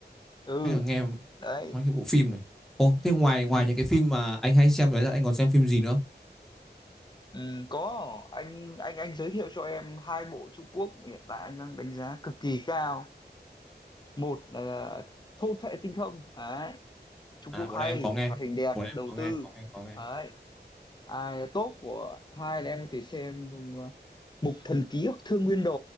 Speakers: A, on the left; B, in the centre.
A: ừ
B: thế là nghe
A: đấy
B: mấy cái bộ phim này. Ồ, thế ngoài
A: ừ
B: ngoài những cái phim mà anh hay xem đấy ra anh còn xem phim gì nữa không?
A: Ừ, có anh anh anh giới thiệu cho em hai bộ Trung Quốc hiện tại anh đang đánh giá cực kỳ cao một là thôn phệ tinh không đấy Trung
B: À,
A: Quốc
B: bộ
A: hay
B: này em có nghe.
A: hoạt hình đẹp
B: Bộ này
A: đầu
B: em có
A: tư
B: nghe, có nghe, có nghe.
A: đấy ai tốt của hai là em có thể xem uh, Mục Thần Ký hoặc Thương Nguyên Đồ